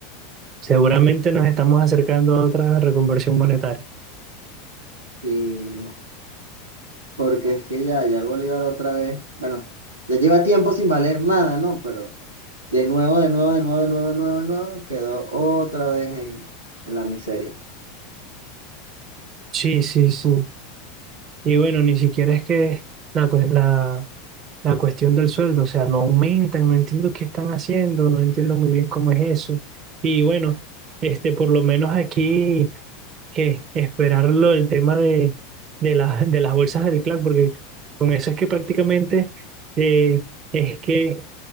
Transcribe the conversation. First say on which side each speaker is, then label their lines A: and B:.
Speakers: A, on the right; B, on the right.
A: Seguramente nos estamos acercando a otra reconversión monetaria.
B: sí, porque es que ya, ya el bolívar otra vez, bueno, ya lleva tiempo sin valer nada, ¿no? Pero de nuevo, de nuevo, de nuevo, de nuevo, de nuevo, de nuevo, quedó otra vez en, en la miseria.
A: Sí, sí, sí. Y bueno, ni siquiera es que la, cue- la, la cuestión del sueldo, o sea, no aumentan, no entiendo qué están haciendo, no entiendo muy bien cómo es eso. Y bueno, este, por lo menos aquí que esperarlo el tema de, de, la- de las bolsas del CLAC, porque con eso es que prácticamente eh, es que